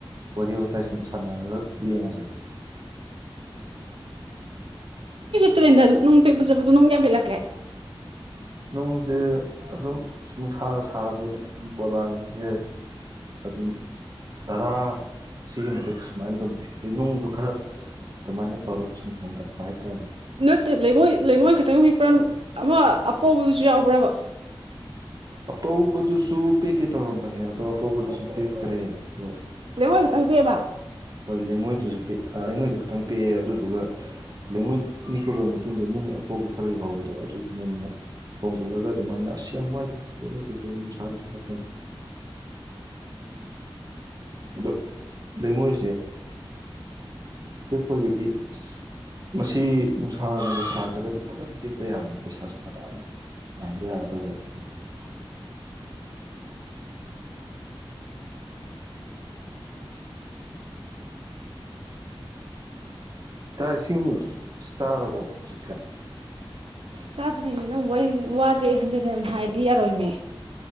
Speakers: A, on the right; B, on the right.
A: ꯋꯥꯔꯤ ꯋꯥꯋꯇꯥꯏ ꯁꯨꯝ ꯁꯥꯟꯅꯔꯒ ꯌꯦꯡꯉꯁꯦ
B: ꯇꯨꯔꯦꯜꯗ ꯅꯨꯡ ꯄꯤꯛꯄ ꯆꯠꯄꯗꯨ ꯅꯨꯡ ꯌꯥꯝ ꯄꯤꯛꯂꯛꯀꯦ
A: ꯅꯨꯡꯁꯦ ꯑꯗꯨꯝ ꯅꯨꯡꯁꯥꯅ ꯁꯥꯕꯅꯦ ꯑꯗꯨꯝ ꯄꯣꯂꯥꯡꯁꯦ ꯑꯗꯨꯝ ꯇꯔꯥ ꯁꯤꯒꯤ ꯃꯊꯛꯇ ꯁꯨꯃꯥꯏꯅ ꯑꯗꯨꯝ ꯄꯤ ꯅꯨꯡꯗꯨ ꯈꯔ ꯑꯗꯨꯃꯥꯏꯅ ꯇꯧꯔꯒ ꯁꯨꯝ ꯍꯣꯡꯒꯠꯄ ꯍꯥꯏꯇꯥꯔꯦ꯫
B: ꯅꯠꯇꯦ ꯂꯩꯉꯣꯏ ꯂꯩꯉꯣꯏ ꯈꯤꯇꯪ ꯄꯦꯛꯄꯔꯥ ꯑꯃ ꯑꯄꯧꯕꯗꯨꯖꯨ ꯌꯥꯎꯕꯔꯥ ꯄꯨꯔꯥ
A: ꯑꯄꯧꯕꯗꯨꯁꯨ ꯄꯦꯛꯀꯦ ꯇꯧꯔꯝꯕꯅꯦ ꯑꯗꯣ ꯑꯄꯧꯕꯗꯨꯁꯨ ꯄꯦꯛꯇꯔꯦ ꯑꯗꯣ
B: ꯂꯩꯉꯣꯏ ꯈꯤꯇꯪ ꯄꯦꯛꯑꯕ
A: ꯍꯣꯏ ꯂꯩꯉꯣꯏꯗꯨꯁꯨ ꯄꯦꯛ ꯂꯩꯉꯣꯏꯗꯨ ꯈꯇꯪ ꯄꯦꯛꯑꯦ ꯑꯗꯨꯗꯨꯒ ꯂꯩꯉꯣꯏ ꯅꯤꯛꯄ ꯂꯣꯏꯔ ꯃꯇꯨꯡꯗ ꯅꯨꯡ ꯑꯐꯧꯕ ꯈꯔ ꯌꯥꯎꯧꯕꯗꯣ ꯑꯗꯨꯗꯨꯅ ꯑꯃꯨꯛ ꯍꯣꯡꯒꯠꯂꯒ ꯑꯗꯨꯃꯥꯏꯅ ꯑꯁ ꯌꯥꯝ ꯋꯥꯏꯗꯦ ꯂꯩꯉꯣꯏ ꯄꯦꯛꯄꯁꯤ ꯅꯨꯡꯁꯥꯒ꯫ ꯁꯥꯔꯛꯀꯅꯤ ꯑꯗꯣ ꯂꯩꯉꯣꯏꯁꯦ ꯄꯦꯛꯄꯒꯤꯗꯤ ꯑꯁ ꯃꯁꯤ ꯅꯨꯡꯁꯥꯅꯒ ꯁꯥꯗ꯭ꯔꯒꯗꯤ ꯐꯖꯅ ꯄꯦꯛꯄ ꯌꯥꯕꯅꯤ ꯄꯩꯁꯥꯁꯨ ꯐꯖꯅ ꯇꯥꯟꯕ ꯌꯥꯒꯗꯕ ꯖꯒꯥꯅꯤ ꯆꯥꯛ ꯏꯁꯤꯡ ꯆꯥꯔꯕꯣ ꯍꯧꯖꯤꯛꯁꯦ
B: ꯆꯥꯗꯔꯤꯅꯦ ꯅꯪ ꯋꯥꯔꯤ ꯋꯥꯁꯦ ꯍꯟꯖꯤꯟ ꯍꯟꯖꯤꯟ ꯍꯥꯏꯗꯤ ꯌꯥꯔꯣꯏꯃꯦ꯫